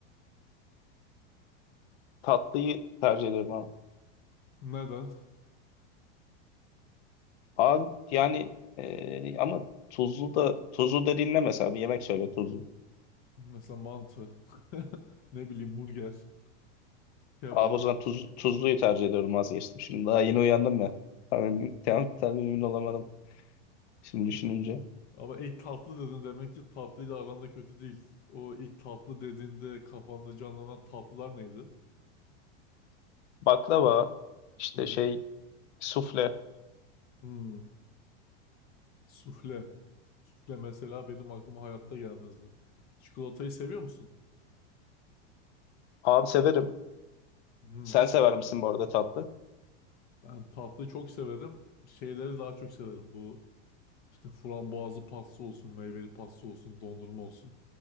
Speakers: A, on the left; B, on the left.
A: Tatlıyı tercih ediyorum abi.
B: Neden?
A: Abi yani e, ama tuzlu da tuzlu da dinle mesela bir yemek söyle tuzlu.
B: Mesela mantı, <laughs> ne bileyim burger, kebap.
A: Abi o zaman tuz, tuzluyu tercih ediyorum vazgeçtim. Şimdi daha yeni uyandım ya. Tam, emin- tam, tam emin olamadım şimdi düşününce.
B: <laughs> Ama ilk tatlı dedin demek ki tatlıyla aranda kötü değil. O ilk tatlı dediğinde kafanda canlanan tatlılar neydi?
A: Baklava işte
B: Hı hı.
A: şey sufle.
B: Hmm, Sufle. Sufle mesela benim aklıma hayatta gelmezdi. Çikolatayı seviyor musun?
A: Abi severim.
B: Hmm,
A: Sen sever misin bu arada tatlı?
B: Ben tatlıyı çok severim. Şeyleri daha çok severim. Bu işte frambuazlı pasta olsun, meyveli pasta olsun, dondurma olsun.